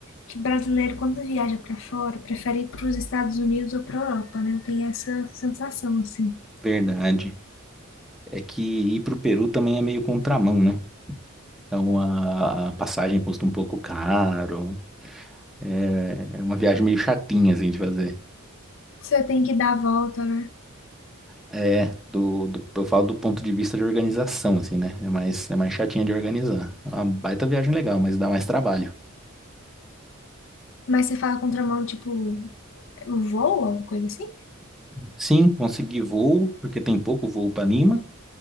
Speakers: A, on the left; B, in the centre.
A: que brasileiro, quando viaja pra fora, prefere ir pros Estados Unidos ou pra Europa, né? Eu tenho essa sensação, assim.
B: Verdade. É que ir pro Peru também é meio contramão, né? Então a, a passagem custa um pouco caro. É, é uma viagem meio chatinha, assim, de fazer.
A: Você tem que dar a volta, né?
B: É, do, do- eu falo do ponto de vista de organização, assim, né? É mais, é mais chatinha de organizar. É uma baita viagem legal, mas dá mais trabalho.
A: Mas você fala contramão, tipo, o voo, alguma coisa assim?
B: Sim, consegui voo, porque tem pouco voo para Lima.